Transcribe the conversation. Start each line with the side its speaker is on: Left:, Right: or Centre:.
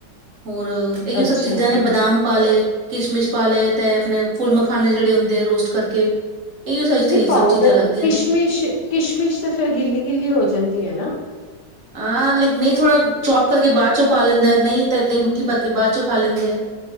Right: ਹੋਰ ਇਹੀ
Left: ਅੱਛਾ
Right: ਸਭ ਚੀਜ਼ਾਂ
Left: ਨਹੀਂ
Right: ਨੇ ਬਦਾਮ ਪਾ ਲੇ ਕਿਸ਼ਮਿਸ਼ ਪਾ ਲਏ ਤੇ ਆਪਣੇ ਫੁੱਲ ਮਖਾਨੇ ਜਿਹੜੇ ਹੁੰਦੇ ਆ ਰੋਸਟ ਕਰਕੇ ਇਹੀਓ ਸਹੀ
Left: ਨਿ
Right: ਸਹੀ
Left: ਪਾਊਡਰ
Right: ਸਭ ਚੀਜ਼ਾਂ ਲੱਗਦੀਆਂ
Left: ਕਿਸ਼ਮਿਸ਼,
Right: ਨੇ।
Left: ਕਿਸ਼ਮਿਸ਼ ਤੇ ਫੇਰ ਗਿੱਲੀ-ਗਿੱਲੀ ਹੋ ਜਾਂਦੀ ਹੈ ਨਾ
Right: ਹਾਂ ਨਹੀਂ ਥੋੜ੍ਹਾ ਚੌਪ ਕਰਕੇ ਬਾਅਦ ਚੋਂ ਪਾ ਲੈਂਦਾ ਨਹੀਂ ਤਾਂ ਇਦਾਂ ਮੁੱਠੀ ਭਰ ਕੇ ਬਾਅਦ ਚੋਂ ਪਾ ਲੈਂਦੇ ਹੈ